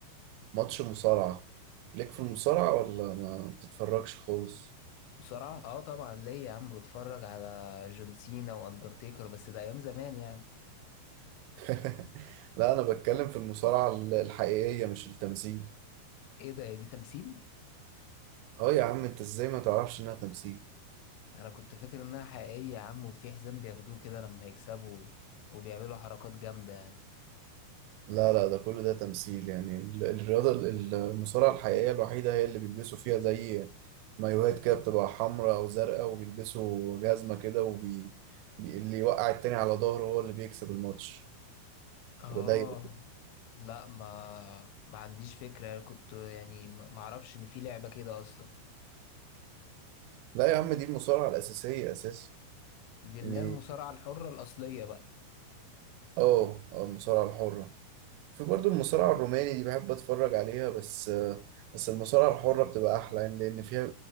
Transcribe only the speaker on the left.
بسرعة؟ اه طبعا ليا يا عم بتفرج على جون سينا وأندرتيكر بس ده أيام زمان يعني
إيه ده يا دي تمثيل؟
أنا كنت فاكر إنها حقيقية يا عم وفي حزام بياخدوه كده لما يكسبوا وبيعملوا حركات جامدة يعني
اه
لا ما ما عنديش فكرة يعني كنت يعني ما ما اعرفش ان في لعبة كده اصلا
دي اللي
هي المصارعة الحرة الاصلية بقى